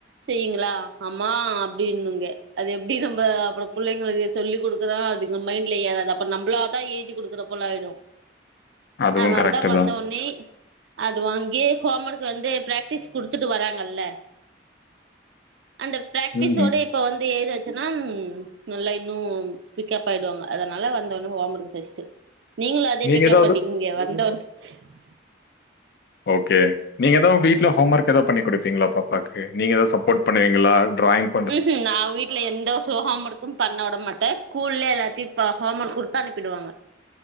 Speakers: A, on the right; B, on the left.
A: செய்யுங்களா அம்மா அப்டின்னுங்க அது எப்டி நம்ப அப்றோ பிள்ளைங்களுக்கு சொல்லி குடுக்குறா அதுக்கு மைண்ட்ல ஏறாது அப்ப நம்பளாதா ஏத்தி குடுக்குறா போல ஆயிடு
B: அதுவும்
A: அதனால
B: கரெக்ட்டு
A: தா வந்த
B: தான்.
A: ஒன்னே அதுவு அங்கே ஹோமர்க் வந்து ப்ராக்டிஸ் குடுத்துட்டு வராங்கல்ல அந்த ப்ராக்டிஸோட
B: ம்.
A: இப்ப வந்து எழுதச்சன்னா ம் நல்லா இன்னும் பிக்கப் ஆயிடுவாங்க அதனால வந்தோன்னே ஒமர்க்கு ஃபஸ்டு நீங்களும் அதே
B: நீங்க
A: பிக்கப்
B: ஏதாவது
A: பண்ணிக்கங்க வந்தோன்னே உஹ
B: ஓகே நீங்க ஏதாவது வீட்ல ஹோமர்க் ஏதாவது பண்ணி குடுப்பீங்களா பாப்பாக்கு நீங்க தா சப்போ்ட் பண்ணுவீங்களா ட்ராயிங்
A: ம் ம் நா வீட் ட்ல எந்த ஒரு ஹோமர்க்கு பண்ணவிட மாட்டே ஸ்கூல்லே எல்லாத்தையு ப ஹோமர்க் குடுத்தனுப்பிடுவாங்க